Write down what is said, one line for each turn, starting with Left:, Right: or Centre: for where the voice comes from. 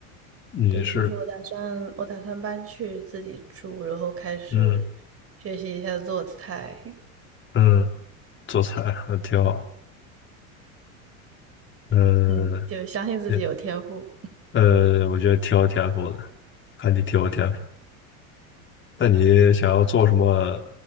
Left: 你是，
Right: 对，就是我打算，我打算搬去自己住，然后开始学习一下做菜。
Left: 嗯嗯，做菜还挺好，嗯，
Right: 嗯，就相信自己有天赋。
Left: 也呃，我觉得挺有天赋的，看你挺有天赋。那你想要做什么？